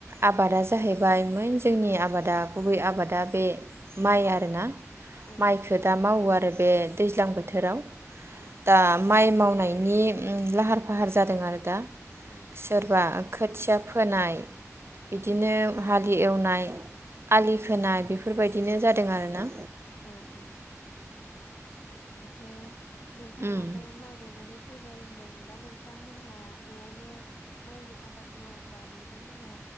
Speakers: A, on the right; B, on the left.
A: आबादा जाहैबाय मन जोंनि आबादा गुबै आबादा बे माइ आरो ना
B: औ
A: माइखो दा मावो आरो बे दैज्लां बोथोराव
B: औ
A: दा माइ माव नायनि लाहार फाहार जादों आरो दा
B: औ
A: सोरबा खोथिया फोनाय बिदिनो हालि एवनाय आलि खोनाय
B: औ
A: बेफोरबायदिनो जादों आरो ना
B: औ औ दाथ' नोंथाङाबो
A: उम
B: माइ गायनानैै फैबाय होनदों दा नों थांमोनहा न'आवनो माइनि आबाद मावोबा नोंथांमोना